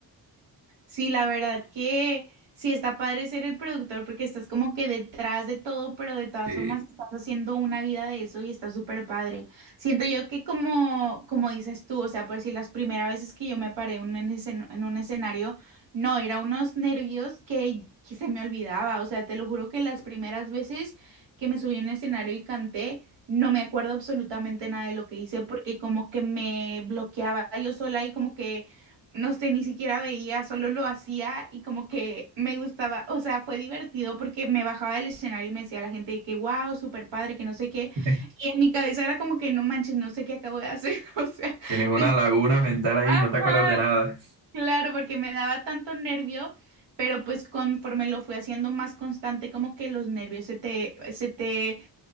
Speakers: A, on the right; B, on the right.
A: Sí, la verdad que sí está padre ser el productor porque estás como que detrás de todo, pero de todas
B: Si
A: formas estás haciendo una vida de eso y está súper padre. Siento yo que como, como dices tú, o sea, por si las primeras veces que yo me paré un- en escen- en un escenario, no, era unos nervios que, que se me olvidaba. O sea, te lo juro que las primeras veces que me subí a un escenario y canté, no me acuerdo absolutamente nada de lo que hice porque como que me bloqueaba yo sola y como que no sé, ni siquiera veía, solo lo hacía y como que me gustaba, o sea, fue divertido porque me bajaba del escenario y me decía a la gente de que wow, súper padre, que no sé qué,
B: <laughs>
A: y en mi cabeza era como que no manches, no sé qué acabo de hacer, <laughs> o sea,
B: tienes una
A: tenía,
B: laguna mental ahí,
A: ajá,
B: no te acuerdas de nada.
A: claro, porque me daba tanto nervio, pero pues conforme lo fui haciendo más constante, como que los nervios se te, se te